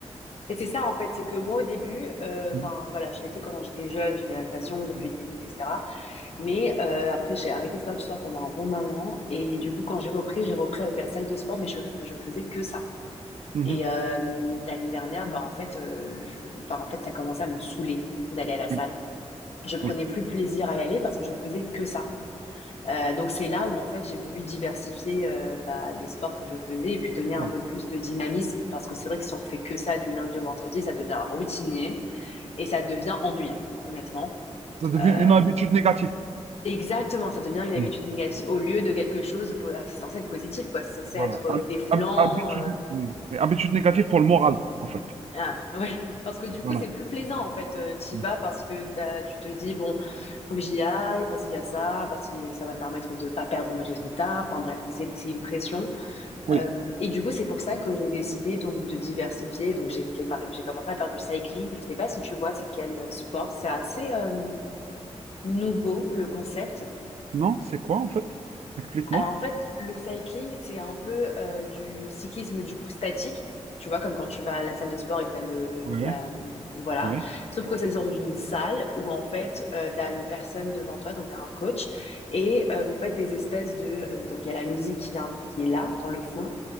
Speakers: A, on the left; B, on the right.
A: Et c'est ça, en fait. C'est que moi, au début, euh,
B: Mhm,
A: enfin, voilà, je l'ai fait quand j'étais jeune. J'ai fait la natation, j'ai
B: mhm,
A: fait du tennis, etc. Mais euh, après, j'ai arrêté de faire du sport pendant un bon moment. Et du coup, quand j'ai repris, j'ai repris avec la salle de sport, mais je, je faisais que ça.
B: mhm,
A: Et euh, l'année dernière, bah, en fait, euh, je- enfin, en fait, ça commençait à me saouler d'aller à la salle.
B: Oui,
A: je prenais
B: oui,
A: plus plaisir à y aller parce que je faisais que ça. Euh, donc c'est là où en fait j'ai voulu diversifier euh, bah, les sports que je faisais et puis donner
B: c'est clair.
A: un peu plus de dynamisme parce que c'est vrai que si on fait que ça du lundi au vendredi, ça devient routinier et ça devient ennuyant honnêtement.
B: Ça devient
A: Euh,
B: une habitude négative.
A: exactement, ça devient une habitude
B: Mm,
A: négative au lieu de quelque chose, c'est censé être positif, quoi. C'est censé
B: Voilà.
A: être
B: Hab-
A: euh, défoulant,
B: hab- habitude,
A: euh,
B: oui. Oui, habitude négative pour le moral, en fait.
A: Ah oui, parce que du
B: Voilà.
A: coup, c'est plus plaisant en fait. Euh, t'y
B: Mm.
A: vas parce que t'as, tu te dis, bon, faut que j'y aille, parce qu'il y a ça, parce que ça va me permettre de pas perdre mes résultats. Enfin bref, c'est c'est une pression.
B: Oui.
A: Euh, et du coup, c'est pour ça que j'ai décidé donc de diversifier. Donc j'ai fait, par- j'ai commencé à faire du cycling. Je sais pas si tu vois, c'est quel sport. C'est assez euh, nouveau le concept.
B: Non, c'est quoi en fait? Explique-moi.
A: Alors en fait, le cycling, c'est un peu euh, du cyclisme du coup statique, tu vois, comme quand tu vas à la salle de sport et que t'as le
B: Oui,
A: la voilà.
B: oui.
A: Sauf que ça se dans une salle où en fait euh, t'as une personne devant toi, donc t'as un coach, et euh, vous faites des espèces de euh, donc il y a la musique qui vient qui est là dans le fond.